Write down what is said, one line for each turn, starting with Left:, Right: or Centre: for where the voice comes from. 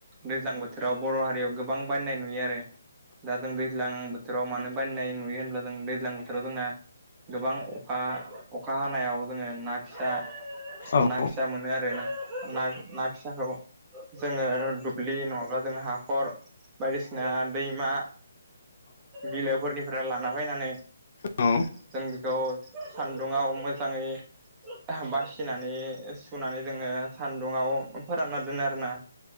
Right: दैज्लां बोथोराव बर' हारियाव गोबां बायनाय नुयो आरो दा जों दैज्लां बोथोराव मानो बानायनाय नुयो होनब्ला जों दैज्लां बोथोराव जोंना गोबां अखा अखा हानायाव जोङो ना फिसा
Left: औ
Right: ना
Left: औ औ
Right: फिसा मोनो आरोना ना ना फिसाखौ जोङो दुब्लि नङाब्ला जोङो हाखर बायदिसिना दैमा बिलोफोरनिफ्राय लाना फैनानै
Left: औ
Right: जों बेखौ सान्दुङाव मोजाङै बासिनानै सुनानै जोङो सान्दुङाव फोरानना दोनो आरो ना।